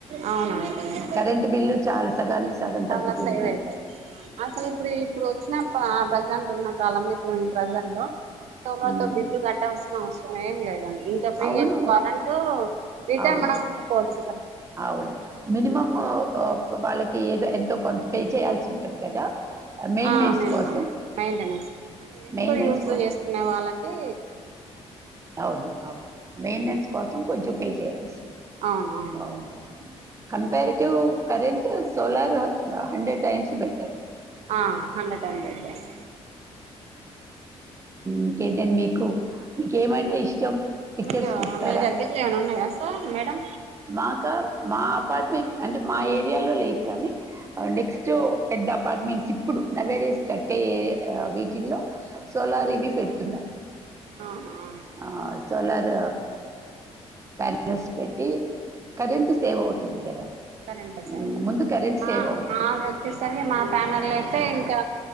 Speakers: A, on the right (about 75°); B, on the right (about 25°).
A: అవునవును
B: కరెంట్ బిల్లు చాలా సగానికి సగం తగ్గుతుంది
A: చాలా సేవ్ ఐతంది, అసలు ఇప్పుడు ఇప్పుడు వచ్చిన ఆ ప్రజెంట్ ఉన్న కాలంలో ఇప్పుడు ప్రజెంట్ లో సోలర్తో
B: ఉమ్,
A: బిల్లు కట్టాస్తు అవసరం ఏం లేదండి ఇంకా ఫ్రీ
B: అవును
A: అ కరెంట రిటైర్
B: అవును
A: మన అమ్మకోవచ్చు
B: అవును మీనిమమ్ వాళ్ళకి ఏదో ఎంతో కొంత పే చేయాల్సి ఉంటది కదా మెయింటెనెన్స్
A: ఆ మేనమామ
B: కోసం
A: మెయింటెనెన్స్ అంటే ఎక్కువ
B: మెయింటెనెన్స్
A: యూజ్
B: కోసం
A: చేస్తున్నా వాళ్ళకి
B: అవును అవును మెయింటెన్స్ కోసం కొంచెం పే చేయాల్సి ఉంటుంది
A: అవును అవును
B: ఆ, comparative current solar hundred times better
A: ఆ హండ్రెడ్ హండ్రెడ్ టైం బెటర్స్
B: ఇంకేంటడి మీకు మీకేమంటే ఇష్టం పిక్చర్స్
A: మీకు
B: చూస్తారా
A: మీ దగ్గరలో ఏమనా ఉన్నాయా సార్ మేడం
B: మాకా మా అపార్ట్మెంట్ అంటే మా ఏరియాలో లేదు కాని నెక్స్ట్ పెద్ద అపార్ట్మెంట్స్ ఇప్పుడు నౌ ఏరియాస్ కట్టే వీటిల్లో సోలార్ ఇవి పెడుతున్నారు.
A: ఆ ఆ
B: ఆ సోలార్ ప్యానల్స్ పెట్టి కరెంటు సేవ్ అవుతుంది కదా
A: వస్తారంటా సార్
B: మ్మ్. ముందు కరెంట్
A: ఆ
B: సేవ్ అవుతుంది
A: మాది వచ్చేసరికె మా ప్యానర్లు అయితే ఇంకా